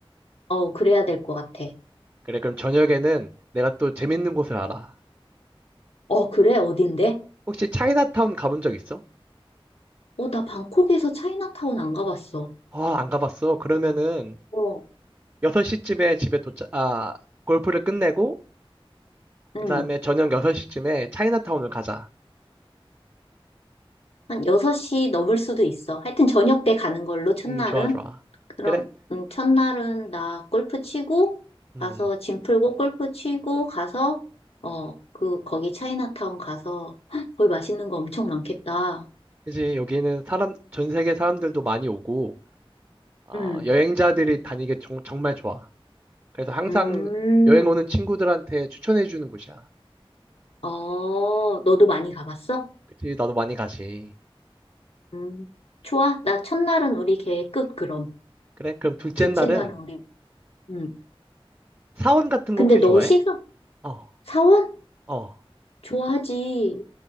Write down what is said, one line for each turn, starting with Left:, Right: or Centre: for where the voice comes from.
Left: 어, 그래야 될 것 같아.
Right: 그래, 그럼 저녁에는 내가 또 재밌는 곳을 알아.
Left: 어, 그래? 어딘데?
Right: 혹시 차이나타운 가본 적 있어?
Left: 어, 나 방콕에서 차이나타운 안 가봤어.
Right: 아, 안 가봤어. 그러면은
Left: 어,
Right: 6시쯤에 집에 도착, 아, 골프를 끝내고 그다음에
Left: 응.
Right: 저녁 6시쯤에 차이나타운을 가자.
Left: 한 6시 넘을 수도 있어. 하여튼 저녁 때 가는 걸로, 첫날은.
Right: 음, 좋아, 좋아.
Left: 그럼,
Right: 그래?
Left: 음, 첫날은 나 골프 치고,
Right: 음.
Left: 가서 짐 풀고 골프 치고, 가서, 어, 그, 거기 차이나타운 가서, <gasps> 헉, 거기 맛있는 거 엄청 많겠다.
Right: 그지, 여기는 사람, 전 세계 사람들도 많이 오고, 어,
Left: 음,
Right: 여행자들이 다니기 정, 정말 좋아. 그래서 항상
Left: 음,
Right: 여행 오는 친구들한테 추천해 주는 곳이야.
Left: 어, 너도 많이 가봤어?
Right: 그치, 나도 많이 가지.
Left: 음, 좋아. 나 첫날은 우리 계획 끝, 그럼.
Right: 그래? 그럼 둘째
Left: 둘째
Right: 날은
Left: 날은 우리, 음.
Right: 사원 같은
Left: 근데
Right: 거 혹시
Left: 너
Right: 좋아해?
Left: 시간,
Right: 어,
Left: 사원?
Right: 어.
Left: 좋아하지.